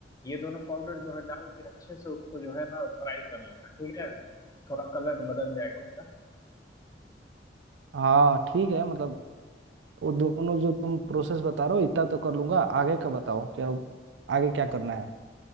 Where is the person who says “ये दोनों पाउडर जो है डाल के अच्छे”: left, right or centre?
Left